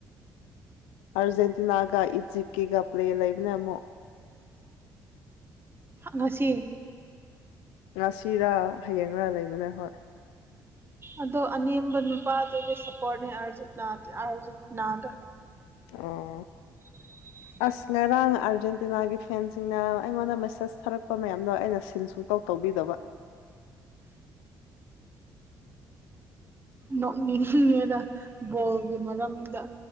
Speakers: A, on the left (about 70°); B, on the right (about 20°).
A: ꯑꯥꯔꯖꯦꯟꯇꯤꯅꯥꯒ ꯏꯖꯤꯞꯀꯤꯒ ꯄ꯭ꯂꯦ ꯂꯩꯕꯅꯦ ꯑꯃꯨꯛ
B: ꯉꯁꯤ
A: ꯉꯥꯁꯤꯔꯥ ꯍꯌꯦꯡꯂꯥ ꯂꯩꯕꯅꯦ ꯍꯣꯏ
B: ꯑꯗꯣ ꯑꯅꯦꯝꯕ ꯅꯨꯄꯥꯗꯨꯒꯤ ꯁꯞꯄꯣꯔꯠꯅꯦ ꯑꯥꯔꯖꯦꯟꯇꯤꯅꯥ ꯑꯥꯔꯖꯦꯟꯇꯤꯅꯥꯗꯣ꯫
A: ꯑꯣ
B: <unintelligible>
A: ꯑꯁ ꯉꯔꯥꯡ ꯑꯥꯔꯖꯦꯟꯇꯤꯅꯥꯒꯤ ꯐꯦꯟꯁꯤꯡꯅ ꯑꯩꯉꯣꯟꯗ ꯃꯦꯁꯦꯁ ꯊꯥꯔꯛꯄ ꯃꯌꯥꯝꯗꯣ ꯑꯩꯅ ꯁꯤꯟ ꯁꯨ ꯁꯨꯡ ꯇꯧ ꯇꯧꯕꯤꯗꯕ꯫
B: ꯅꯣꯛ ꯅꯤꯡꯉꯤꯗ ꯕꯣꯜꯒꯤ ꯃꯔꯝꯗ